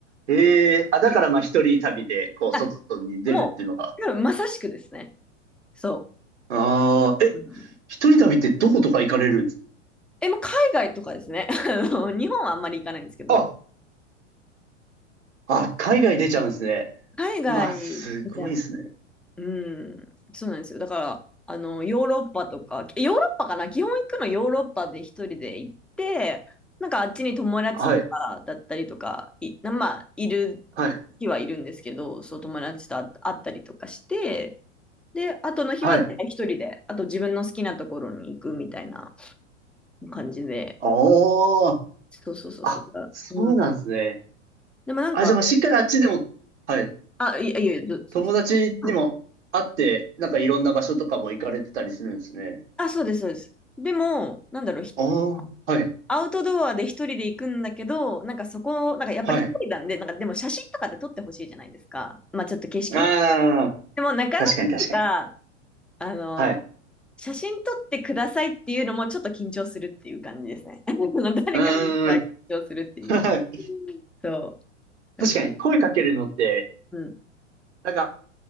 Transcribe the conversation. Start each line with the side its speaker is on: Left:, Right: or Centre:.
Right: ええあ、だからまあ一人旅で、
Centre: う。え
Right: こう、
Centre: あ、
Right: 外に出るっていうのが。
Centre: もう、多分まさしくですね。そ
Right: ああ、え、
Centre: う。うん
Right: 一人旅ってどことか行かれるんです
Centre: え、もう海外とかですね。<laughs> あの、日本はあんまり行かないんですけど、
Right: かあ、あ、海外出ちゃうんですね。
Centre: 海外ゃ
Right: うわ、すごいですね。
Centre: うん、そうなんですよ。だから、あの、ヨーロッパとか、えヨーロッパかな基本行くのヨーロッパで一人で行って、なんかあっちに友達とかだったりとか、
Right: はい、
Centre: い、なまあ、いる
Right: はい、
Centre: 日はいるんですけど、そう友達と会会ったりとかして、で、後の日は大体一人で、
Right: はい。
Centre: あと自分の好きなところに行くみたいな感じで、
Right: ああ、
Centre: そうそうそうそう。
Right: あ、そうなんですね。
Centre: うん。でもなんか、
Right: あ、じゃあまあしっかりあっちでも、はい。
Centre: あ、いやいや、どすみません。
Right: 友達にも会って、
Centre: うん
Right: なんかいろんな場所とかも行かれてたりするんですね。
Centre: あ、そうです、そうです。でも、なんだろう、一
Right: ああ、はい、
Centre: アウトドアで一人で行くんだけど、なんかそこ、なんかやっぱり一人なんで、
Right: はい。
Centre: なんかでも写真とかって撮ってほしいじゃないですか。まあちょっと景色ね。
Right: ああ、
Centre: でもなかなか、
Right: 確かに確かに。
Centre: あの、
Right: はい。
Centre: 写真撮ってくださいっていうのもちょっと緊張するっていう感じですね。<laughs> あの誰かが緊張するっていう。
Right: うーん。はい。
Centre: そ
Right: 確かに声かけるのって、
Centre: う。なんか、うん。
Right: なんか、